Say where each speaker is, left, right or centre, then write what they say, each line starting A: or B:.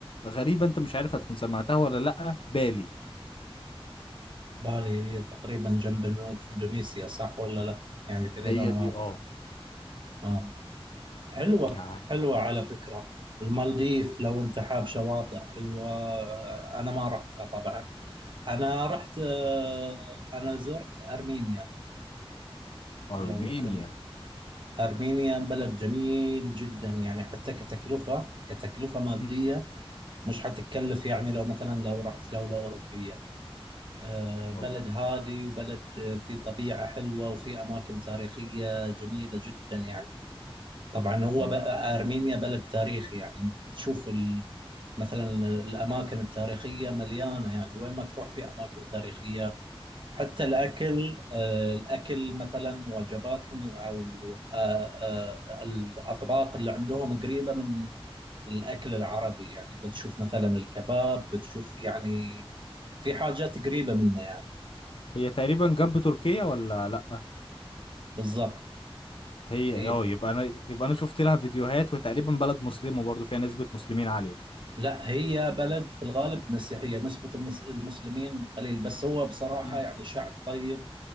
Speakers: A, on the left; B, on the right.
A: غريبه انت مش عارف هتكون سمعتها ولا لا بالي
B: بالي هي تقريبا جنب إنو- إندونيسيا صح ولا لا؟ يعني في ذي
A: هي
B: المناطق
A: دي اه
B: آه حلوة
A: يعني
B: حلوة على فكرة المالديف لو أنت حاب شواطئ حلوة آه، أنا ما رحتها طبعا أنا رحت آه، أنا زرت أرمينيا
A: ارمينيا
B: لو كنت أرمينيا بلد جميل جدا يعني حتى كتكلفة كتكلفة مادية
A: مم.
B: مش حتكلف يعني لو مثلا لو رحت دولة أوروبية آه،
A: والله
B: بلد هادي وبلد آه، فيه طبيعة حلوة وفيه أماكن تاريخية جميلة جدا يعني طبعا هو
A: مم.
B: بقى أرمينيا بلد تاريخي يعني بتشوف ال- مثلا الأماكن التاريخية مليانة يعني وين ما تروح في أماكن تاريخية حتى الأكل آه، الأكل مثلا وجباتهم أو آه، آه، الأطباق اللي عندهم قريبة من الأكل العربي يعني بتشوف مثلا الكباب بتشوف يعني في حاجات قريبة منه يعني
A: هي تقريبا جنب تركيا ولا لأ
B: بالضبط
A: هي
B: هي
A: اه يبقى انا يبقى انا شفت لها فيديوهات وتقريبا بلد مسلمة برضو فيها نسبة مسلمين عالية
B: لا هي بلد في الغالب مسيحية نسبة المس... المسلمين قليل بس هو بصراحة
A: امم
B: يعني شعب طيب